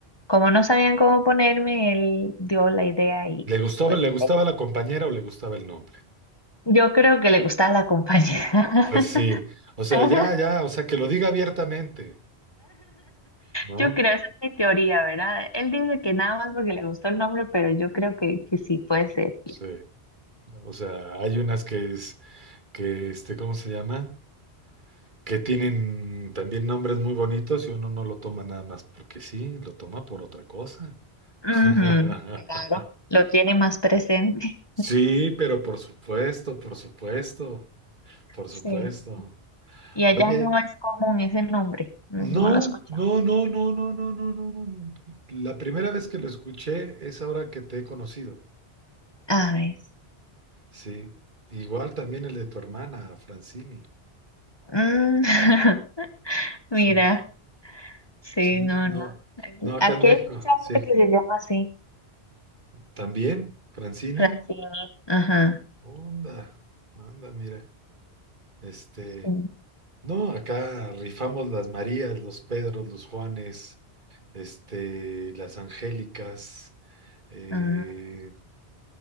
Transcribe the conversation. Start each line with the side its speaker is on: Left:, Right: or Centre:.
Left: como no sabían cómo ponerme, él dio la idea y
Right: ¿Le gustaba,
Left: pues
Right: le
Left: así.
Right: gustaba la compañera o le gustaba el nombre?
Left: Yo creo que le gustaba la compañera.
Right: Pues sí. O sea,
Left: <laughs>
Right: ya, ya. O sea, que lo diga abiertamente, ¿no?
Left: Yo creo, esa es mi teoría, ¿verdad? Él dice que nada más porque le gustó el nombre, pero yo creo que, que sí puede ser.
Right: Sí. O sea, hay unas que es, que este, ¿cómo se llama? Que tienen también nombres muy bonitos y uno no lo toma nada más porque sí, lo toma por otra cosa.
Left: Ujú,
Right: <laughs>
Left: claro, lo tiene más presente.
Right: Sí, pero por supuesto, por supuesto, por supuesto.
Left: Sí. Y allá
Right: Oye.
Left: no es común ese nombre, no,
Right: No,
Left: no lo he escuchado.
Right: no, no, no, no, no, no, no, no. La primera vez que lo escuché es ahora que te he conocido.
Left: A ver.
Right: Sí. Igual también el de tu hermana, Francini.
Left: Mm, <laughs> Mira,
Right: Sí.
Left: sí,
Right: Sí,
Left: no,
Right: no.
Left: no. Aquí
Right: No, acá
Left: aquí
Right: en México.
Left: hay mucha
Right: Sí.
Left: gente que se llama así,
Right: También, Francini.
Left: Francini. Ajá,
Right: Onda, onda, mira. Este.
Left: sí.
Right: No, acá rifamos las Marías, los Pedros, los Juanes, este, las Angélicas. eh,
Left: Ah,